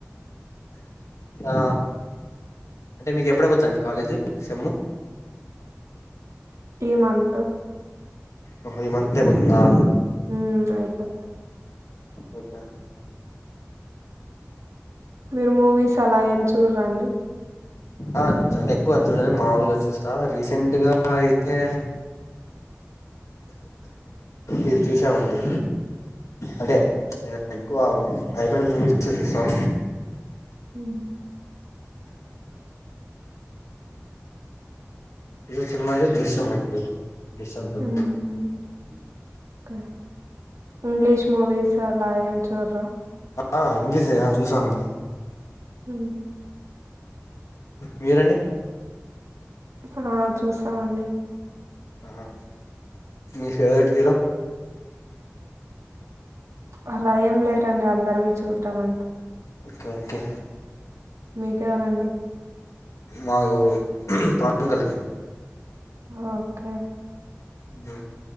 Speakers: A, on the left; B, on the right.
A: ఆ అంటే మీకు ఎప్పుడ పోతాను కాలేజీ సేమ్ము
B: ఈమంతు
A: హోహో ఎ మంత్ అయిపోతాడా
B: హ ఆయిపో
A: ఓకే
B: మీరు మూవీస్ అలా ఎం చూడారండి
A: ఆ అంటే ఎక్కువ అని చూడ మాముూలుగా చూస్తా రీసెంట్ గా అయితే ఇది చూసామండి అంటే ఎక్కువ అయిపోయిన మూవీసాం
B: హ
A: ఇ సినిమా ఐతే దృశ్యం దృశ్యం టూ
B: హ్మ్ <unintelligible> ఇంగ్లీష్ మూవిస్ అలా ఏ చూడరా
A: ఆ ఇంగ్లీషుగా చూసామండి
B: హ
A: మీరండి
B: ఆ చూసామండి
A: హ మీ ఫేవరెట్ హీరో
B: అలా ఏం లేరండి అందరువి చూడ్డం అంతే
A: ఓకే ఓకే
B: మీకెవరండి
A: మాకు <unintelligible> కలిని
B: హ ఓకే
A: అ